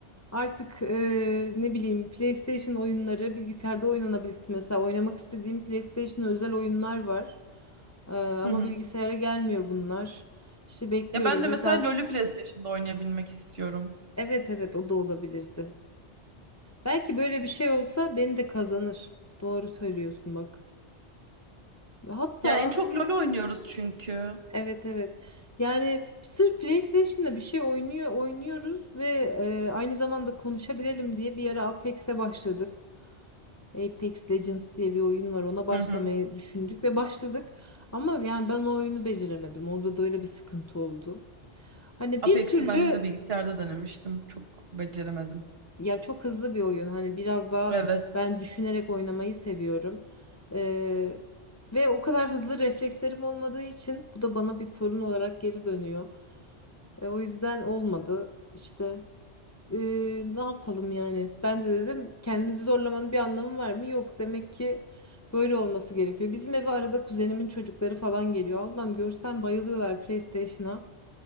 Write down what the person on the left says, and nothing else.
artık eee, ne bileyim PlayStation oyunları bilgisayarda oynanabilsin. Mesela oynamak istediğim PlayStation özel oyunlar var. Eee, ama
bilgisayara gelmiyor bunlar. İşte bekliyoruz.
Mesela
evet evet o da olabilirdi. Belki böyle bir şey olsa beni de kazanır. Doğru söylüyorsun bak. Ve Hatta
Evet evet. Yani sırf PlayStation'da bir şey oynuyor oynuyoruz ve e, aynı zamanda konuşabilelim diye bir ara Apex'e başladık. Apex Legends diye bir oyun var. Ona başlamayı
düşündük ve başladık. Ama yani ben o oyunu beceremedim. Orada da öyle bir sıkıntı oldu. Hani
bir türlü
ya çok hızlı bir oyun. Hani biraz daha
ben düşünerek oynamayı seviyorum. Ee, ve o kadar hızlı reflekslerim olmadığı için bu da bana bir sorun olarak geri dönüyor. E, o yüzden olmadı işte. E, ne yapalım yani? Ben de dedim kendimizi zorlamanın bir anlamı var mı? Yok demek ki böyle olması gerekiyor. Bizim eve arada kuzenimin çocukları falan geliyor. Allah'ım görsen bayılıyorlar PlayStation'a.